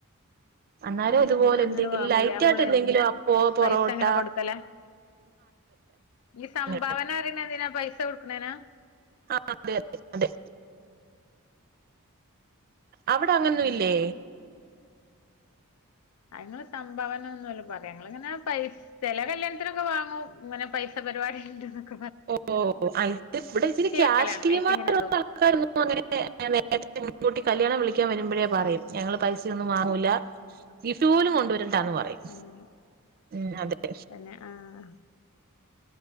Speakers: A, on the right; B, on the left.
A: അന്നേരം
B: ആ
A: ഇതുപോലെ
B: അങ്ങനെ
A: എന്തെങ്കിലും
B: വാങ്ങും
A: ലൈറ്റ്
B: ലേ നമ്മള്
A: ആയിട്ട് എന്തെങ്കിലും അപ്പോ പൊറോട്ട
B: പൈസ അങ്ങനെ കൊടുക്കല. ഈ
A: അങ്ങനെ
B: സംഭാവന അറീണെന്തിനാ പൈസ കൊ ണേനാ
A: ആഹ് അതെ അതെ അതെ അവ്ടങ്ങനൊന്നുല്ലേ
B: അങ്ങള് സംഭാവന ഒന്നല്ല പർയാ ഞങ്ങളിങ്ങനെ പൈ ചെല കല്യാൺത്തിനൊക്കെ വാങ്ങും ഇങ്ങനെ പൈസ പരിപാടി ഇണ്ട് നൊക്കെ
A: ഒ ഓ ഒ <unintelligible>
B: വെക്കലാണ് അയിക്കിങ്ങനെ ഇടും
A: ആൾക്കാരൊന്നും അങ്ങനനെ നേരത്തെ മുൻകൂട്ടി കല്യാണം വിളി ക്കാൻ വരുമ്പോഴേ പറയും ഞങ്ങൾ പൈസയൊന്നും വാങ്ങൂല കീശു പോലും കൊണ്ടുവരണ്ടാന്ന് പറയും
B: അങ്ങനെ
A: ഉം അതെ
B: തന്നെ ആഹ്